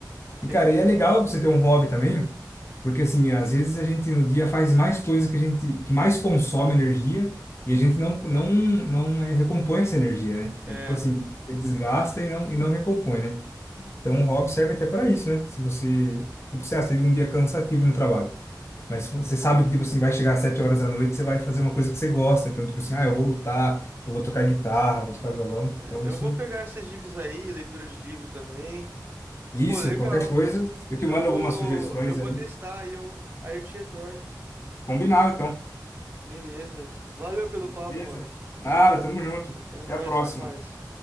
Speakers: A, on the right; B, on the left.
A: Entendi.
B: cara, e é legal você ter um hobby também, porque assim, às vezes a gente no dia faz mais coisa que a gente que mais consome energia e a gente não não não é, recompõe essa energia, né? Então,
A: É,
B: tipo assim, você desgasta e não e não recompõe, né? Então, um hobby serve até para isso, né? Se você, tipo, você ah, teve um dia cansativo no trabalho, mas você sabe que tipo assim, vai chegar às sete horas da noite, você vai fazer uma coisa que você gosta, então tipo assim, ah, eu vou lutar, eu vou tocar guitarra, vou tocar violão.
A: é,
B: Então, isso
A: eu vou pegar essas dicas aí, leitura de livro também.
B: isso,
A: Pô, legal.
B: qualquer coisa, eu te
A: Eu
B: mando
A: vou,
B: algumas sugestões
A: eu vou
B: aí.
A: testar aí eu, aí eu te retorno.
B: Combinado, então.
A: Beleza. Valeu pelo
B: Beleza?
A: papo, mano.
B: Nada, tamo junto.
A: É nóis,
B: Até a próxima.
A: até mais.